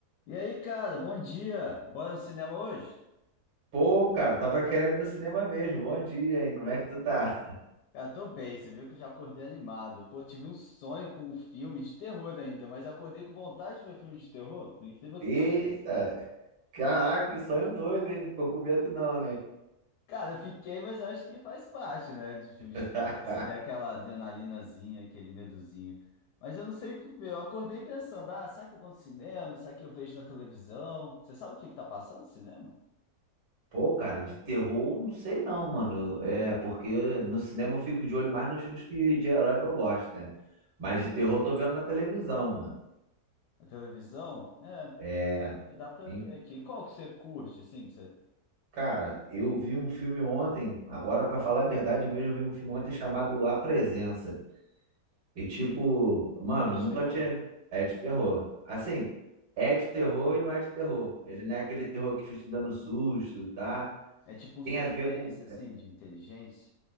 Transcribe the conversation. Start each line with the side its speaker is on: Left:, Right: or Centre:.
Left: E aí, cara, bom dia. Bora no cinema hoje?
Right: Pô, cara, tava querendo ir no cinema mesmo. Bom dia, hein? Como é que tu tá?
Left: Cara, tô bem, você viu que eu já acordei animado. Pô, tive um sonho com um filme de terror ainda, mas acordei com vontade de ver filme de terror, por incrível que
Right: Eita,
Left: pareça.
Right: caraca, que sonho doido, hein? Ficou com medo não, né?
Left: Cara, eu fiquei, mas eu acho que faz parte, né, de filme
Right: <laughs>
Left: de terror. Você tem aquela adrenalinazinha, aquele medozinho. Mas eu não sei o que ver. Eu acordei pensando, ah, será que eu vou no cinema? Será que eu vejo na televisão? Você sabe o que que tá passando no cinema?
Right: Pô, cara, de terror, não sei não, mano. É, porque no cinema eu fico de olho mais nos filmes que, de herói que eu gosto, né? Mas de terror eu tô vendo na televisão, mano.
Left: Na televisão? É,
Right: É,
Left: que dá pra
Right: e,
Left: ver aqui. Qual que você curte, assim, que você...
Right: cara, eu vi um filme ontem, agora pra falar a verdade mesmo, eu vi um filme ontem chamado A Presença. E tipo, mano,
Left: É de
Right: eu nunca
Left: terror?
Right: tinha. É de terror. Assim, é de terror e não é de terror. Ele não é aquele terror que fica te dando susto, tá?
Left: É tipo um
Right: Tem
Left: suspense,
Right: a ver com.
Left: assim, de inteligência.